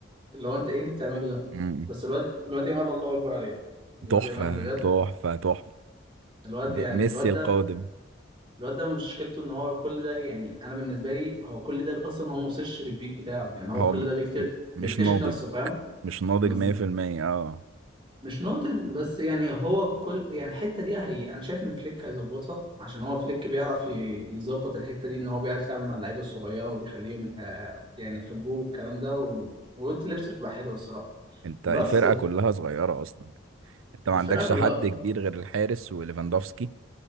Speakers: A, on the right (about 25°); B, on the right (about 85°).
A: اللي هو انت ايه اللي بتعمله ده
B: امم
A: بس الواد الواد يامال الله اكبر عليه الواد
B: تحفة
A: يامال بجد
B: تحفة تحفة
A: الواد
B: م-
A: يعني
B: ميسي
A: الواد
B: القادم
A: ده الواد ده مشكلته ان هو كل ده يعني انا بالنسبه لي هو كل ده اصلا هو ما وصلش للبيك بتاعه يعني هو
B: هو
A: كل
B: م-
A: ده بيكتر...
B: م- مش
A: بيكتشف
B: ناضج
A: نفسه فاهم
B: مش ناضج
A: بز...
B: 100% اه
A: مش ناضج بس يعني هو كل يعني الحته دي هي انا شايف ان فليك هيظبطها عشان هو فليك بيعرف ي... يظبط الحته دي ان هو بيعرف يتعامل مع اللعيبه الصغيره وبيخليهم آه، يعني يحبوه والكلام ده و... وقلت لبس بتبقى حلوه الصراحه
B: انت
A: بس
B: الفرقة كلها صغيرة اصلا انت ما
A: الفرقه
B: عندكش
A: كلها
B: حد كبير غير الحارس وليفاندوفسكي